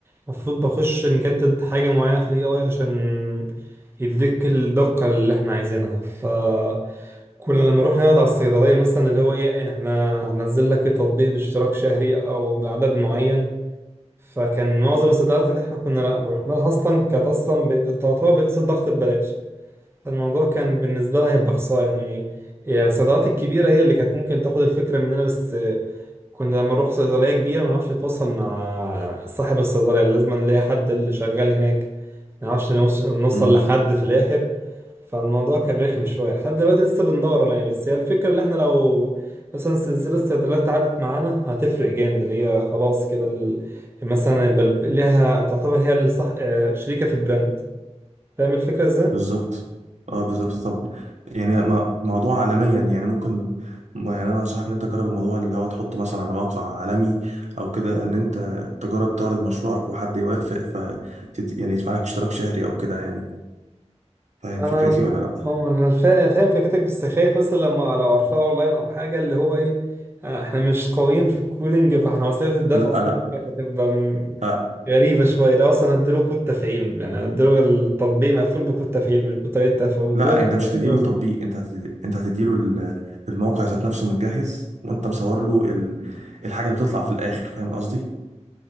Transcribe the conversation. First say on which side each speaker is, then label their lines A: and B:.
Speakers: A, on the right; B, on the right.
A: المفروض بخش نجدد حاجة معينة في الاي اي عشان يديك الدقة اللي احنا عايزينها فكنا لما نروح نقعد على الصيدلية مثلا اللي هو ايه احنا هنزل لك التطبيق باشتراك شهري او بعدد معين فكان معظم الصيدليات اللي احنا كنا رحنا لها اصلا كانت اصلا بت- تعتبر بتقيس الضغط ببلاش فالموضوع كان بالنسبه لها هيبقى خساره يعني يعني الصيدليات الكبيره هي اللي كانت ممكن تاخد الفكره مننا بس كنا لما نروح صيدليه كبيره ما نعرفش نتواصل مع صاحب الصيدليه لازم نلاقي حد اللي شغال هناك ما نعرفش نوص- نوصل
B: امم
A: لحد في الاخر فالموضوع كان رخم شوية لحد دلوقتي لسه بندور يعني بس هي الفكرة اللي احنا لو مثلا سلسلة الصيدليات عدت معانا هتفرق جامد اللي هي خلاص كده ال- مثلا يبقى ال- ليها تعتبر هي الصح آه، شريكة في البراند فاهم الفكرة ازاي؟
B: بالظبط اه بالظبط طب يعني ما- موضوع عالميا يعني ممكن يعني انا انصحك ان انت تجرب الموضوع اللي هو تحطه مثلا على موقع عالمي او كده ان انت تجرب تعرض مشروعك وحد يوافق ف تت- يعني يدفع لك اشتراك شهري او كده يعني فاهم
A: انا
B: فكرتي ولا لا
A: آه، انا فا- فاهم فكرتك بس خايف مثلا لما لو ارفعه اونلاين او حاجة اللي هو ايه آه، احنا مش قويين في الكودينج فاحنا وسيلة الدفع
B: لا
A: اصلا
B: لا
A: كانت هتبقى
B: لا,
A: غريبة شوية ده أصلا هديله كود تفعيل يعني هديله التطبيق مقفول بكود تفعيل مش بطريقة تفعيل
B: لا
A: كود التفعيل
B: انت مش هتديله
A: بيقول
B: التطبيق انت هت... انت هتديله ال- الموقع ذات نفسه متجهز وانت مصور له ال... الحاجه اللي بتطلع في الاخر فاهم قصدي